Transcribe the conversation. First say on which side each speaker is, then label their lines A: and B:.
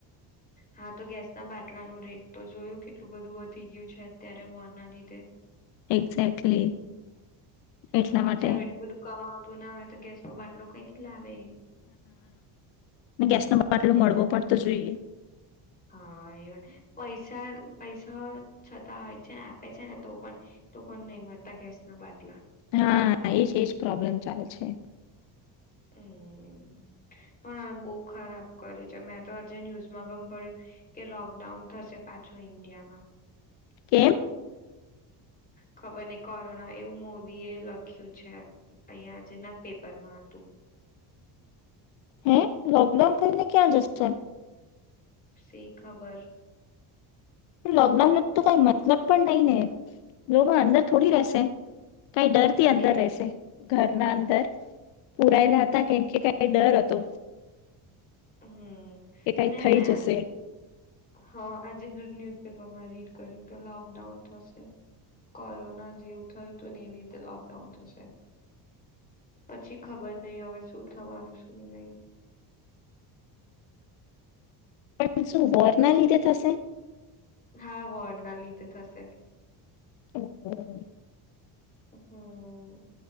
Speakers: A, on the left (about 20°); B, on the left (about 75°).
A: હા તો ગેસ ના બા ટલા નું રેટ તો જોયું કેટલું બધું વધી ગયું છે અત્યારે વનના લીધ.
B: એક્ઝેક્ટલી એટલા
A: તો બિચારું
B: માટે.
A: એટલું બધું કમાવતું ના હો તો ગસો બાટલો કઈથી લાવે. <unintelligible>
B: ગેસ નો બાટલો
A: એટલે
B: મળવો
A: બ
B: પડતો જોઈએ.
A: હા એવા પૈસા પૈસા છતાં હોય છે ને આપે છે ને તો પણ લોકોને નહી મળતા ગેસ ના બાટલા.
B: હા એજ એજ પ્રોબ્લેમ ચાલે છે.
A: હમ્મ પણ બહુ ખરાબ કર્યું છે મેં તો આજે ન્યુઝમાં પણ પડ્યું કે લોકડાઉન થશે પાછું ઈન્ડિયામાં.
B: કેમ?
A: ખબર નહી કોરોના એવું મોદીએ લખ્યું છે અહીયાં આજના પેપરમાં હતું.
B: હે લોકડાઉન થઈને ક્યાં જશે.
A: સી ખબર.
B: લોકડાઉન ન તો કઈ મતલબ પણ નહી ને લોકો અંદર થોડી રહેશે. કઈ ડર થી અંદર
A: એ
B: રહેશે ઘર. ના અંદર. પુરાયલા હતા કેમ કે કઈ ડર હતો.
A: હમ્મ
B: કે કઈ
A: ના
B: થઈ
A: મેં
B: જશે
A: આજ હ આજે ન્યુ પેપરમાં રીડ કર્યું તો લોકડાઉન થશે કોરોના જેવું થયું હત ને એવી રીતે લોકડાઉન થશે પછી ખબર નહી હવે શું થવાનું શું નહી.
B: પણ શું વોરના લીધે થશે.
A: હા વોર્ડ ના લીધે થશે.
B: <unintelligible>
A: હમ્મ